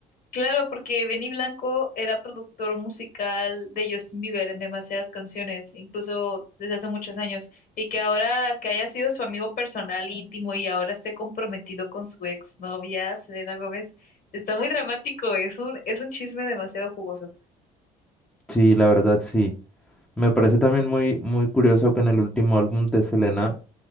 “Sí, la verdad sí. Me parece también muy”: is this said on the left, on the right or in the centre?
Centre